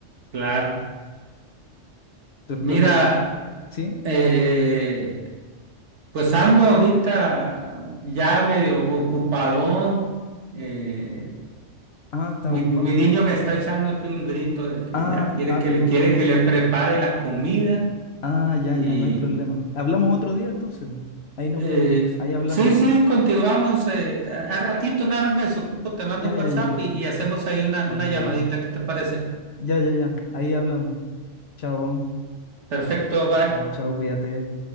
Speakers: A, on the right; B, on the left.
A: Claro.
B: ¿Tu, tu
A: Mira,
B: experiencia? ¿Sí?
A: eh, pues ando ahorita ya medio ocupadón. eh,
B: Ah, estás
A: Mi,
B: ocupado.
A: mi niño me está echando aquí un grito de que
B: Ah,
A: ya quiere
B: ah,
A: que
B: perdón,
A: le quiere
B: perdón.
A: que le prepare la comida
B: Ah, ya,
A: y
B: ya, no hay problema. Hablamos otro día entonces. Ahí
A: eh,
B: nos vemos. Ahí hablamos.
A: sí, sí, continuamos. eh, a ratito nada más me desocupo, te mando
B: Ya,
A: un
B: ya,
A: WhatsApp
B: ya.
A: y, y hacemos ahí una,
B: Ok.
A: una llamadita, ¿qué te parece?
B: Ya, ya, ya. Ahí hablamos. Chao.
A: Perfecto, bye.
B: Chao, chao, cuídate.